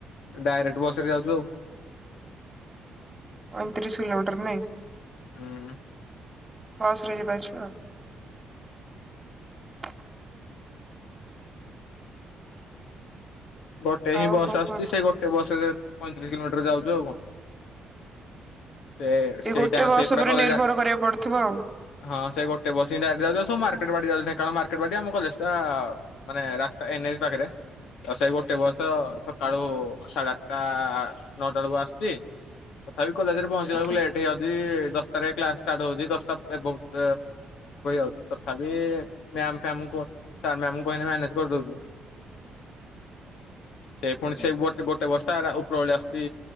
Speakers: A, on the left; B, on the right.
A: ଡାଇରେକ୍ଟ ବସରେ ଯାଉଛୁ ଆଉ।
B: ପଇଁତିରିଶ କିିଲୋମିଟର ନାଇଁ ।
A: ହୁଁ ।
B: ବସ ରେ ଯିବା ଆସିବା ।
A: ଗୋଟେ
B: ଆଉ
A: ହିଁ ବସ୍
B: କଣ
A: ଆସୁଛି
B: କୁହନ୍ତୁ
A: ସେଇ ଗୋଟେ ବସରେ ପଇଁତିରିଶ କିଲୋମିଟର ଯାଉଚୁ ଆଉ କଣ । ସେ ସେଇ
B: ଗୋଟେ
A: ଟାଇମ
B: ବସ୍
A: ସେଇ ପରା
B: ଉପରେ
A: କଲେଜ
B: ନିର୍ଭର
A: ।
B: କରିବାକୁ ପଡୁଥିବ ଆଉ
A: ହଁ ସେ ଗୋଟେ ବସ ହିଁ ଡାଇରେକ୍ଟ ଯାଉଚି ଆଉ ସବୁ ମାର୍କେଟ ବାଟେ ଯାଉଚନ୍ତି । କାରଣ ମାର୍କେଟ ବାଟେ ଆମ କଲେଜ ଟା ମାନେ ରାସ୍ତା ଏନ୍ଏଚ ପାଖରେ ତ ସେଇ ଗୋଟେ । ଗୋଟେ ବସ ସକାଳୁ ସାଢେ ଆଠଟା ନଅଟା ବେଳକୁ ଆସୁଛି ତଥାପି । କଲେଜରେ ପହଞ୍ଚିଲା
B: ଟିକେ
A: ବେଳକୁ ଲେଟ୍ ହେଇଯାଉଛି ଦଶଟାରେ କ୍ଲାସ ଷ୍ଟାର୍ଟ ହଉଚି ଦଶଟା ବହୁତ ବଛି ତଥାପି ମ୍ୟାମ ଫ୍ୟାମ କୁ ଆମକୁ କହିଲେ ମ୍ୟାନେଜ କରିଦଉଛୁ । ସେ ପୁଣି
B: ହୁଁ
A: ସେ ଗୋଟେ ଗୋଟେ ବସ। ସଟା ଉପର ଭଳି ଆସୁଛି